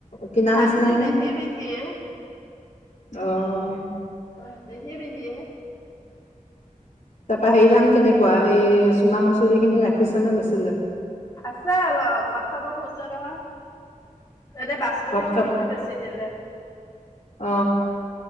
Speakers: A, on the left (about 60°); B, on the left (about 25°).
A: কিনা
B: ধান
A: নিচিনাাইনে
B: খিনি মিহি মিহিয়ে
A: আহ
B: অ বিহি বিহি
A: তাৰ পৰাা হেৰি ধান কেনেকুৱা এই চুনা মচৰি খিনি ৰাখিছে নে বেচিলে
B: আছে অলপ ঘৰত খাব থৈছে নহয় এতে বাচমতি
A: ঘৰত
B: খিনিহে
A: খাব
B: বেছি দিলে।
A: অ